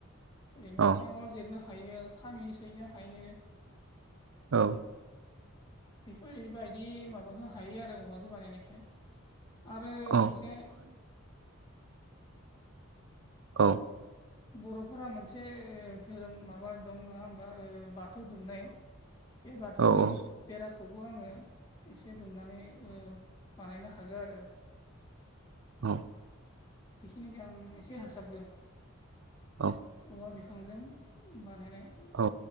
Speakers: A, on the left (about 20°); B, on the right (about 65°).
A: ओरैनो
B: औ
A: थेंङल जिरनो हा हायो खामि सैनो हायो
B: औ
A: बेफोरबायदि माबाखौ हायो आरो औवाजों बानायनायखो। आरो
B: औ
A: मोनसे
B: औ
A: बर'फोरा मोनसे धोरोम माबा दं नङा होमबा बा थौ दुमनाय बे बाथौनि
B: औ
A: बेराखौबो आङो एसे दुमनानै ओ बानायनो हागोन आरो।
B: ह
A: बेखिनिखौ आं एसे हासाबगो
B: औ ओ
A: औवा बिफांजों बानायनाय
B: औ